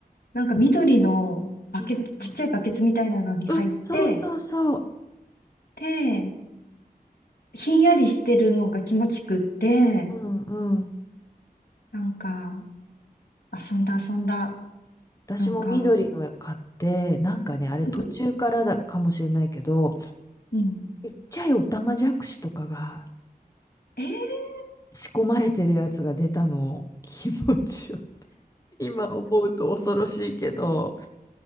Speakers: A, on the left; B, on the left.
A: なんか緑のバケツ、
B: 緑の
A: ちっちゃいバケツみたいなのに入って、
B: うん、そうそうそう。
A: で、ひんやりしてるのが気持ちくって、
B: うんうん。
A: なんか、遊んだ遊んだ。
B: 私も緑の買って、
A: なんか、
B: なんかね、あれ途中からだかもしれないけど、
A: <laughs> うん。
B: ちっちゃいオタマジャクシとかが
A: えー、
B: 仕込まれてるやつが出たの。気持ちよ。今思うと恐ろしいけど。